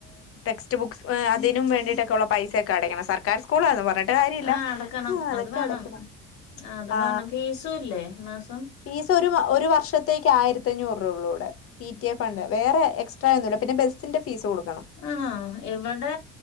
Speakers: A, on the left; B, on the left.
A: ടെക്സ്റ്റ് ബുക്സ് അതിനും വേണ്ടിട്ടൊക്കെ ഉള്ള പൈസയൊക്കെ അടയ്ക്കണം സർക്കാർ സ്കൂളെന്ന് പറഞ്ഞി് ട്ട് കാര്യല്ല
B: ആഹ് അടക്കണം
A: അതൊക്കെ
B: അത് വേണം
A: അടക്കണം
B: അത്
A: ആ
B: വേണം ഫീസും ഇല്ലേ മാസം
A: ഫീസ് ഒരു ഒരു വർഷത്തേക്ക് ആയിരത്ത അഞ്ഞൂറ് രൂപ ഉള്ളൂടെ പി ടി ഫണ്ട് വേറെ എക്സ്ട്രാ ഒന്നും പിന്ന ബസിന്റെ ഫീസ് കൊടുക്കും
B: ആ ഇവിടെ